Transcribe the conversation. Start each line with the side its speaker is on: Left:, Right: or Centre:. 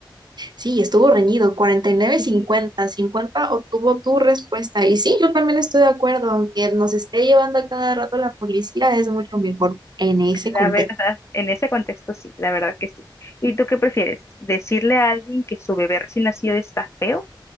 Right: Sí, estuvo reñido, Cuarenta y nueve,
Left: Sí,
Right: cincuenta, cincuenta. obtuvo tu respuesta. Y sí, yo también estoy de acuerdo, aunque nos esté llevando a cada rato la policía, es mucho mejor en ese
Left: la
Right: contexto.
Left: verdad, en ese contexto sí, la verdad que sí. ¿Y tú qué prefieres? ¿Decirle a alguien que su bebé recién nacido está feo?